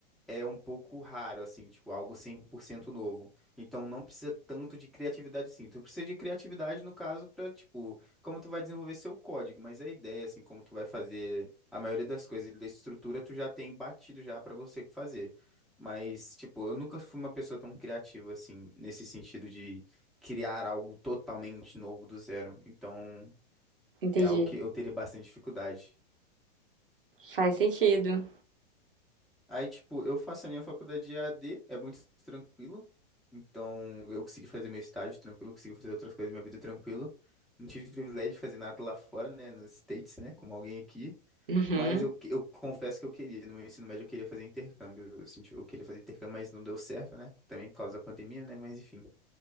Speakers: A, in the centre; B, on the right.
A: é um pouco raro, assim, tipo, algo 100% novo. Então, não precisa tanto de criatividade, sim. Tu precisa de criatividade, no caso, para, tipo, como tu vai desenvolver seu código, mas a ideia, assim, como tu vai fazer a maioria das coisas da estrutura, tu já tem batido já para você fazer. Mas, tipo, eu nunca fui uma pessoa tão criativa, assim, nesse sentido de criar algo totalmente novo do zero. Então,
B: Entendi.
A: é algo que eu teria bastante dificuldade.
B: Faz sentido.
A: Aí, tipo, eu faço a minha faculdade de A d é muito tranquilo. Então, eu consegui fazer meu estágio tranquilo, consegui fazer outras coisas da minha vida tranquilo. Não tive privilégio de fazer nada lá fora, né, nos States, né, como alguém aqui.
B: Uhum.
A: Mas eu, que- eu confesso que eu queria, no meu ensino médio eu queria fazer intercâmbio. Eu senti, eu queria fazer intercâmbio, mas não deu certo, né? Também por causa da pandemia, né? Mas enfim.